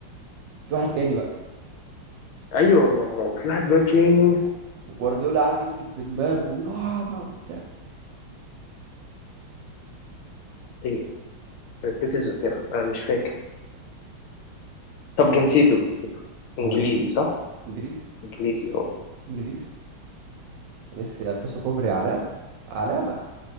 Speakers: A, on the right; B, on the left.
A: في واحد تاني بقى
B: ايوه ما هو في واحد بقى تاني
A: وجوارديولا قاعد يمسك في دماغه ويقول اه بقى وبتاع.
B: ايه ركبت الذاكره انا مش فاكر طب جنسيته جنسيته
A: ما
B: انجليزي
A: هو انجليزي
B: صح
A: انجليزي
B: انجليزي هو
A: انجليزي ميسي لبسه كوبري علامة علامة